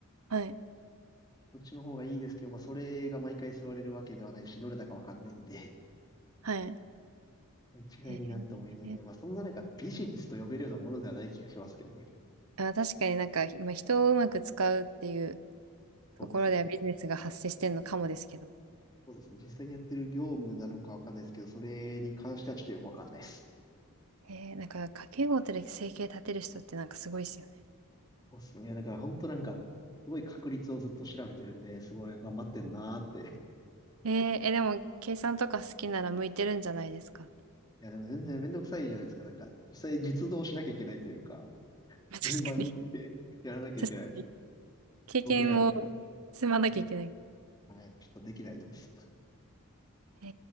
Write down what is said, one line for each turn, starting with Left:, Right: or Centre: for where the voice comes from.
Right: はい。
Left: そっちの方がいいですけど、まあそれが毎回座れるわけではないし、どれだかわかんないんで、
Right: はい。
Left: <laughs> 一概になんとも言えないけど、
Right: へえ。
Left: まあそんな中ビジネスと呼べるようなものではない気がしますけどね。
Right: あ、確かになんか、まあ、人をうまく使うっていうところではビジネスが発生してるのかもですけど。
Left: そうですね。そうですね。実際にやってる業務なのかわかんないですけど、それに関してはちょっとよくわかんないです。
Right: へえ、なんか家計簿で生計立てる人ってなんかすごいですよね。
Left: そうっすね。いやだから本当なんか、すごい確率をずっと調べてるんで、すごい頑張ってんなーって。
Right: へえ、え、でも計算とか好きなら向いてるんじゃないですか。
Left: <laughs> いや、でも全然めんどくさいじゃないですか。なんか、実際実動しなきゃいけないというか、
Right: まあ確かに
Left: 現場に <laughs> やらなきゃいけない。
Right: 確かに経験を積まなきゃいけない。
Left: 僕には、はい、はい、ちょっとできないです。
Right: へ